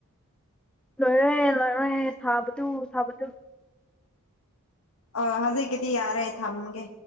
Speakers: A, in the centre; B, on the left (about 80°).
A: ꯂꯣꯏꯔꯦ ꯂꯣꯏꯔꯦ ꯁꯥꯕꯗꯨ ꯁꯥꯕꯗꯨ
B: ꯑ ꯍꯧꯖꯤꯛꯀꯤꯗꯤ ꯌꯥꯔꯦ ꯊꯝꯒꯦ